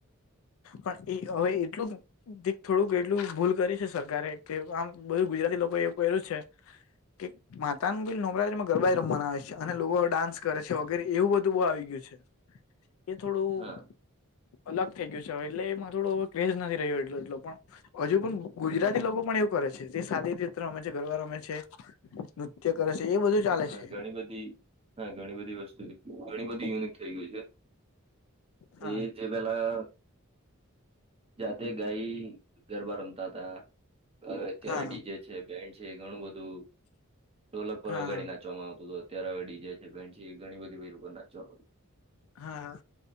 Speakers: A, on the left (about 70°); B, on the right (about 25°).
A: પણ એ હવે એટલું ક થોડુંક એટલું ભૂલ કરી છે સરકારે કે આમ બધું ગુજરાતી લોકો એવું એલું છે કે માતા ન બીલ નવરાત્રીમાં ગરબા રમવાના આવે છે અને લોકો ડાન્સ કરે છે વગેરે એવું બધું બહુ આવી ગયું છે એ થોડું
B: હા
A: અલગ થઈ ગયું છે હવે એટલે એમાં થોડો હ ક્રેઝ નથી રહ્યો એટલો એટલો પણ હજુ પણ ગુજરાતી લોકો પણ એવું કરે છે જે શદી ર રમે છે ગરબ રમે છે. નૃત્ય કરે છે એ બધું ચાલે
B: હા
A: છે
B: ઘણી બધી હા ઘણી બધી વસ્તુ, ઘણી બધી યુનિક થઈ ગયું છે
A: હા
B: એ તે પેલા જાતે ગાય ગરબા રમતા હતા હ અત્યારે
A: હા
B: ડીજે છે બેન્ડ છે ઘણું બધું ઢોલક પર
A: હા
B: અગાડી નાચવામાં આવત હત અત્યારે જે છેન્ટ છે એ ઘણી બધી નાચવામાં આવત
A: હા